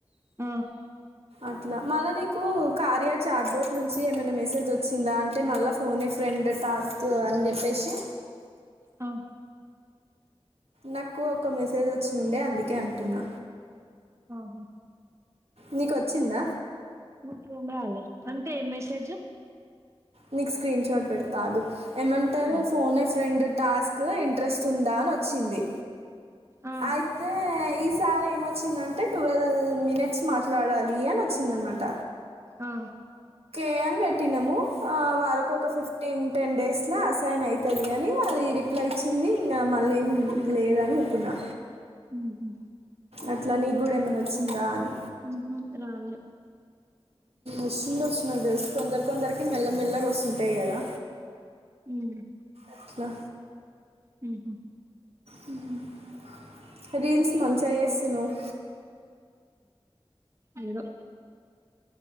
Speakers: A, on the right (about 25°); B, on the right (about 75°).
A: ఆ
B: అట్లా మళ్ళా నీకు కార్య చార్ట్ బోట్ నుంచి ఏమైనా మెసేజ్ వచ్చిందా అంటే మళ్ళా ఫోన్ ఎ ఫ్రెండ్ టాస్క్ అని జేప్పేసి
A: అ..
B: నాకు ఒక మెసేజ్ వచ్చి ఉండే అందుకే అంటున్నా
A: ఆహా
B: నీకొచ్చిందా
A: నాకెం రాలే అంటే ఏం మెసేజ్
B: నీకు స్క్రీన్ షాట్ పెడత ఆగు ఏమంటారు
A: ఆ
B: phone a friend task interest ఉందా అని వచ్చింది
A: ఆ
B: అయితే ఈ ఇసార్ ఏమొచ్చిందంటే ట్వెల్వ్ మినిట్స్ మాట్లాడాలి అని వచ్చిందనమాట
A: ఆ
B: ఎ అని పెట్టినాము వాళ్ళకి ఒక ఫిఫ్టీన్ టెన్ డే స్ల అసైన్ అయితది అని అది రిప్లై ఇచ్చింది ఇంగ మళ్ళీ ఏం లేదని ఎప్తున్నా
A: హ్మ్ హు
B: అట్లా నీ గూడా ఏమన్నా వచ్చిందా అని
A: హ్మ్ హు రాలే
B: వస్తుంది వస్ నాకు దెల్సు కొందరి కొందరికి మెల్ల మెల్లగా వస్తుంటాయ్ కదా
A: హ్మ్
B: అట్లా
A: హ్మ్ హు
B: హ్మ్ రీల్స్ మంచిగా ఎస్తున్నావ్
A: ఎదో